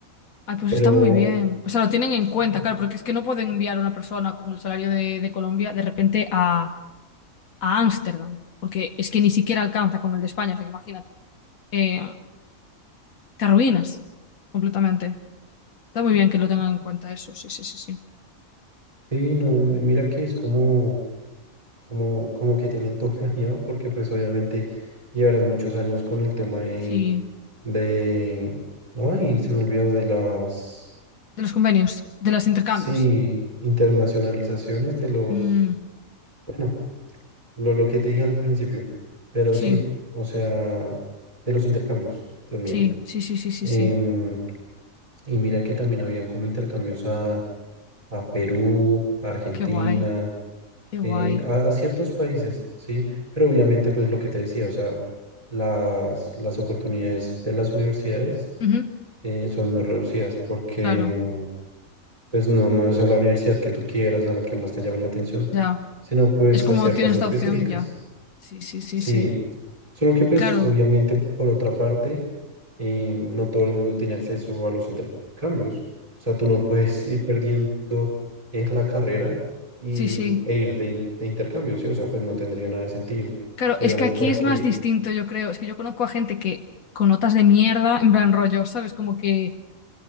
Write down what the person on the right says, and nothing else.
pero
Sí,
Sí, no, mi- mira que es como, como, como que tienen todo <laughs> planeado, porque pues obviamente llevarán muchos años con el tema de,
de, ay, se me olvidó de las,
sí, internacionalizaciones de los,
bueno, lo, lo que te dije al principio, pero
sí, o sea, de los intercambios, Dios mío.
Em,
y mira que también habían como intercambios a, a Perú, a Argentina.
eh,
a, a ciertos países, ¿sí? Pero obviamente, pues lo que te decía, o sea, las, las oportunidades de las universidades
eh, son muy reducidas porque,
mm, pues no, no es a la universidad que tú quieras, a la que más te llame la atención,
sino pues
a ciertas
específicas.
Sí,
Solo que pues
obviamente por otra parte, eh, no todo el mundo tiene acceso a los intercambios. O sea, tú no puedes ir perdiendo es la carrera y,
e irte in- de intercambio, ¿sí? O sea, pues no tendría nada de sentido. O
sea,
digamos,
para
que...